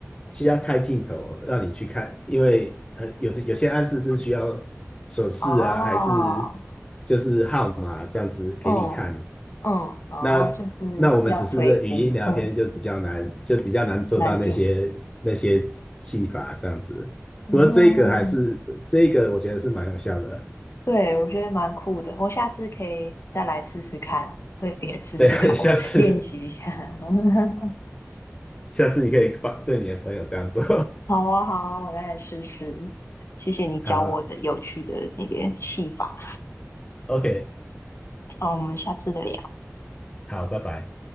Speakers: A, on the left; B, on the left.
A: 需要开镜头让你去看，因为很有的有些暗示是需要手势啊，
B: 哦，
A: 还是就是号码啊这样子给你看。
B: 嗯嗯，哦，
A: 那那我们只是这语音聊天就比较难，
B: 就是要推估，嗯，
A: 就比较难做到那些那些技法这样子。
B: 难进行。嗯，
A: 不过这个还是这个，我觉得是蛮有效的。
B: 对，我觉得蛮酷的，我下次可以再来试试看，对别人试试看，
A: 对，<laughs> 下次
B: 我练习一下。<laughs>
A: 下次你可以发对你的朋友这样做。
B: 好啊，好啊，我再来试试。谢谢你教我的有趣的那个戏法，
A: <laughs> 好。OK，
B: 那我们下次再聊。
A: 好，拜拜。